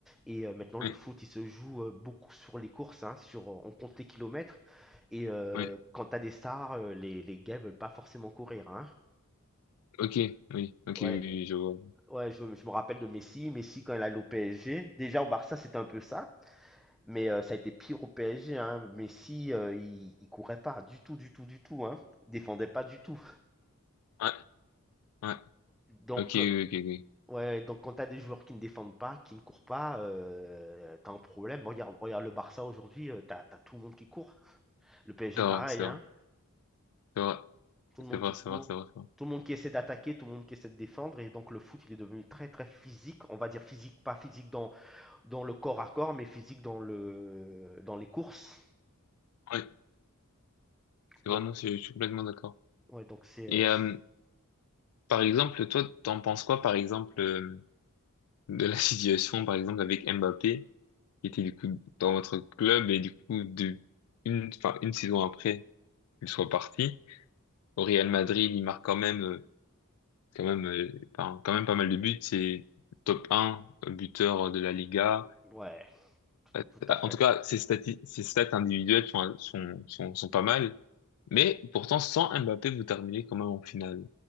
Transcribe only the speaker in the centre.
Et euh, maintenant, le
foot, il se joue euh, beaucoup sur les courses, hein, sur, on compte les kilomètres. Et euh,
quand tu as des stars, euh, les, les gars veulent pas forcément courir. hein.
Ouais,
ouais, je, je me rappelle de Messi. Messi, quand il allait au PSG, déjà au Barça, c'était un peu ça. Mais euh, ça a été pire au PSG, hein. Messi, euh, il, il courait pas du tout, du tout, du tout, hein. Il défendait pas du tout.
Donc,
euh,
ouais, donc quand t'as des joueurs qui ne défendent pas, qui ne courent pas, euh, t'as un problème. Regarde, regarde le Barça aujourd'hui, euh, t'as, t'as tout le monde qui court. Le PSG,
pareil,
hein.
Tout le monde
qui
court.
Tout le monde qui essaie d'attaquer, tout le monde qui essaie de défendre. Et donc, le foot, il est devenu très, très physique. On va dire physique, pas physique dans, dans le corps à corps, mais physique dans le, dans les courses.
Donc,
ouais, donc c'est,
euh,
ouais, tout
tout à fait.